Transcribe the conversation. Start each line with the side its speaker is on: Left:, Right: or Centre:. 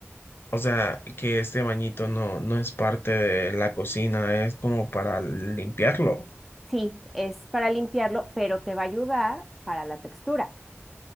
Left: O sea, que este bañito no no es parte de la cocina, es como para limpiarlo.
Centre: Sí, es para limpiarlo, pero te va a ayudar para la textura.